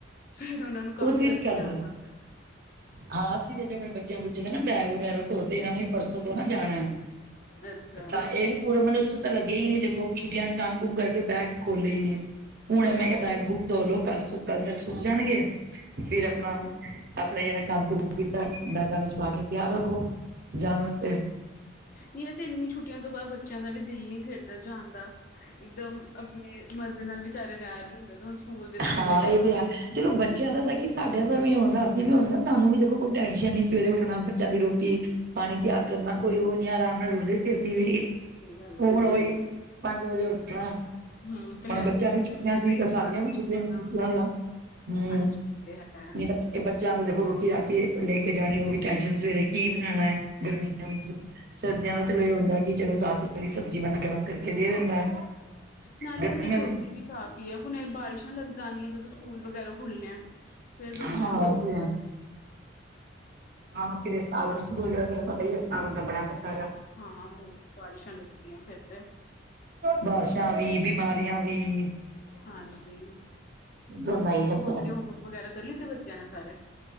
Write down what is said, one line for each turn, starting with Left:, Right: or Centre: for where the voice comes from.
Left: ਫੇਰ ਉਹਨਾ ਨੂੰ ਕੰਮ
Right: ਉਸ ਵਿੱਚ
Left: ਕਰਨਾ
Right: ਕਰਦੇ
Left: ਯਾਦ
Right: ਆ
Left: ਆਂਦਾ।
Right: ਹਾਂ, ਅਸੀਂ ਵੀ ਏਦਾਂ ਆਪਣੇ ਬੱਚਿਆਂ-ਬੁਚਿਆਂ ਦੇ ਨਾ ਬੈਗ ਵਗੈਰਾ ਧੋ ਤੇ। ਇਹਨਾਂ ਨੇ ਵੀ ਪਰਸ ਸੋ ਤੋਂ ਨਾ ਜਾਣਾ ਐ।
Left: ਅੱਛਾ
Right: ਤਾਂ ਇਹ ਪੂਰੇ ਮਨਥ 'ਚ ਤਾਂ ਲੱਗਿਆ ਈ ਨੀ ਵੇਖੋ‌। ਛੁੱਟੀਆਂ 'ਚ ਕੰਮ ਕੁਮ ਕਰਕੇ ਬੈਗ ਖੋਲ੍ਹੇ ਈ ਨੀ। ਹੁਣ
Left: ਹੂੰ
Right: ਮੈਂ ਕਿਹਾ ਬੈਗ-ਬੂਗ ਧੋਲੋ ਕੱਲ ਸ ਕੱਲ ਤੱਕ ਸੁਕ ਜਾਣਗੇ। ਫੇਰ
Left: ਹਾਂਜੀ
Right: ਆਪਣਾ
Left: ਨਹੀਂ
Right: ਆਪਣਾ ਜਿਹੜਾ ਕੰਮ-ਕੁਮ ਕੀਤਾ। ਬੈਂਗਾ ਵਿੱਚ ਪਾ ਕੇ ਤਿਆਰ ਰੱਖੋ, ਜਾਣ ਵਸਤੇ।
Left: ਨਹੀਂ, ਵੈਸੇ ਇੰਨੀ ਛੁੱਟੀਆਂ ਤੋਂ ਬਾਅਦ ਬੱਚਿਆਂ ਦਾ ਵੀ ਦਿਲ ਨੀ ਕਰਦਾ ਜਾਣ ਦਾ। ਇਕਦਮ ਆਪਣੇ ਮਜ਼ੇ ਨਾਲ ਵਿਚਾਰੇ ਰਹਿ ਰਹੇ ਹੁੰਦੇ ਤੇ ਹੁਣ ਸਕੂਲ ਦੇ ਨਾਂ ਤੇ
Right: ਹਾਂ
Left: ਟੈਨਸ਼ਨ
Right: ਇਹ
Left: ਹੋ
Right: ਹੈ।
Left: ਰਹੀ ਹੋਏਗੀ।
Right: ਚਲੋ ਬੱਚਿਆਂ ਦਾ ਤਾਂ ਕਿ ਸਾਡਿਆਂ ਦਾ ਵੀ ਹੁੰਦੈ। ਅਸੀਂ ਵੀ ਹੋਂਦੇ ਨਾ, ਸਾਨੂੰ ਵੀ ਦੇਖੋ ਕੋਈ ਟੈਨਸ਼ਨ ਨੀ। ਸਵੇਰੇ ਉੱਠਣਾ ਬੱਚਿਆਂ ਦੀ ਰੋਟੀ ਪਾਣੀ ਤਿਆਰ ਕਰਨਾ, ਕੋਈ ਉਹ ਨੀ ਆਰਾਮ ਨਾਲ ਉਠਦੇ ਸੀ ਅਸੀਂ ਵੀ।
Left: ਸਹੀ ਗੱਲ
Right: ਹੁਣ
Left: ਹੈ
Right: ਓਈ ਪੰਜ ਵਜੇ ਉੱਠਣਾ। ਹੁਣ
Left: ਹੂੰ ਫਿਰ ਲੰਚ
Right: ਬੱਚਿਆਂ ਦੀ ਛੁੱਟੀਆਂ
Left: ਫਿਰ
Right: ਸੀ
Left: ਬ੍ਰੇਕਫਾਸਟ
Right: ਤਾਂ ਸਾਡੀਆਂ ਵੀ ਛੁੱਟੀਆਂ
Left: ਦੇਣਾ
Right: ਸੀ। <unintelligible> ਹੂੰ,
Left: ਹਾਂਜੀ ਉਹ ਤੇ ਹੈ
Right: ਨਹੀਂ ਤਾਂ ਇਹ ਬੱਚਿਆਂ ਦੀ ਦੇਖੋ ਰੋ ਰੋਟੀ-ਰਾਟੀ ਲੈ ਕੇ ਜਾਣੀ, ਉਹ ਵੀ ਟੈਸ਼ਨ। ਸਵੇਰੇ ਕੀ ਬਣਾਂਣਾ ਏ। ਗਰਮੀਆਂ ਵਿੱਚ, ਸਰਦੀਆਂ ਦਾ
Left: ਹਾਂਜੀ
Right: ਚਲੋ ਇਹ ਹੁੰਦਾ ਕਿ, ਚਲੋ ਰਾਤ ਵਾਲੀ ਸਬਜ਼ੀ ਬੰਦਾ ਗਰਮ ਕਰਕੇ ਦੇ ਦਿੰਦਾ।
Left: ਨਾਲੇ
Right: ਗਰਮੀਆਂ
Left: ਹਜੇ ਗਰਮੀ
Right: ਵਿੱਚ
Left: ਵੀ ਕਾਫ਼ੀ ਹੈ ਹੁਣੇ ਬਾਰਿਸ਼ਾਂ ਲੱਗ ਜਾਣੀਆਂ, ਜਦੋਂ ਸਕੂਲ ਵਗੈਰਾ ਖੁੱਲਣੇ ਫੇਰ
Right: ਹਾਂ
Left: ਬੱਚਿਆਂ ਨੂੰ ਮੁਸੀਬਤ
Right: ਜੀ ਹਾਂ ਫਿਰ ਸਾਵਨ ਸ਼ੁਰੂ ਹੋਈ ਏ, ਤੈਨੂੰ ਪਤਾ ਹੀ ਏ ਸਾਵਨ ਦਾ ਬੜਾ ਜਾ
Left: ਹਾਂ, ਬਹੁਤ ਬਾਰਿਸ਼ਾਂ ਲੱਗਦੀਆਂ ਫਿਰ ਤੇ
Right: ਬਾਰਸ਼ਾਂ ਵੀ, ਬਿਮਾਰੀਆਂ ਵੀ
Left: ਹਾਂਜੀ,
Right: ਦੋਨਾਂ ਹੀ ਲੱਗੇ
Left: ਹੋਲੀਡੇ
Right: ਰਹਿੰਦੇ
Left: ਹੋਮਵਰਕ ਵਗੈਰਾ, ਕਰ ਲਿੱਤੇ ਬੱਚਿਆਂ ਨੇ ਸਾਰੇ?